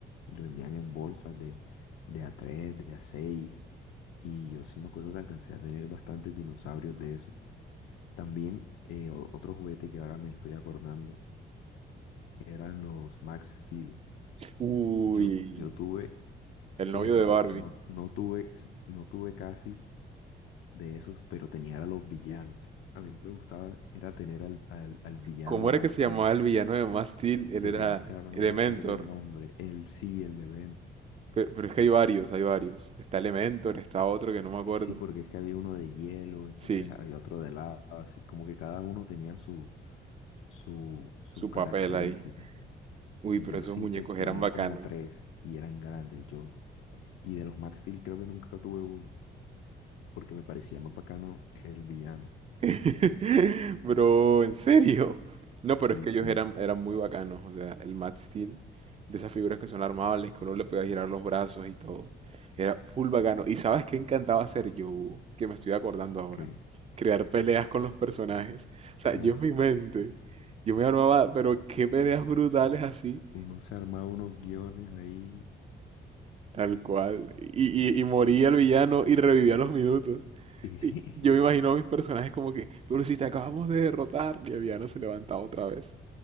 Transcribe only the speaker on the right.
Uy,
el
novio de
Barbie.
¿Cómo
era
que se
llamaba el villano de Max Steel? Él
era
Elementor.
Pe- Pero, es que hay varios, hay varios. Está Elementor, está otro que no me acuerdo.
Sí,
su
papel ahí. Uy,
pero
esos
muñecos
eran bacanos.
<laughs> Bro, en serio. No, pero
es que
ellos eran, eran muy bacanos. O sea, el Max Steel, de esas figuras que son armables, que uno le podía girar los brazos y todo. Era full bacano. ¿Y sabes qué encantaba hacer yo? Que me estoy acordando ahora.
Crear peleas con los personajes. O sea,
yo en mi mente, yo me armaba, pero qué peleas brutales así.
Tal cual. Y, y, y moría el villano y revivía a los minutos.
Y yo
me imagino a mis personajes como que, pero si te acabamos de derrotar, y Aviano se levanta otra vez.